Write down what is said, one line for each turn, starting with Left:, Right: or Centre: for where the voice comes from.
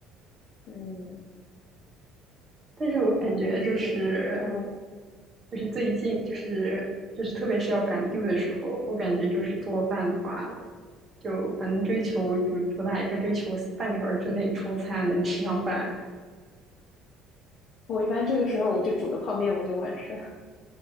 Left: 嗯，
Right: 但是我感觉就是
Left: 就是嗯，
Right: 就是最近就是就是特别是要赶 due 的时候，我感觉就是做饭的话，就反正追求主主打一个追求半个小时之内出餐能吃上饭。
Left: 我一般这个时候我就煮个泡面，我就完事了。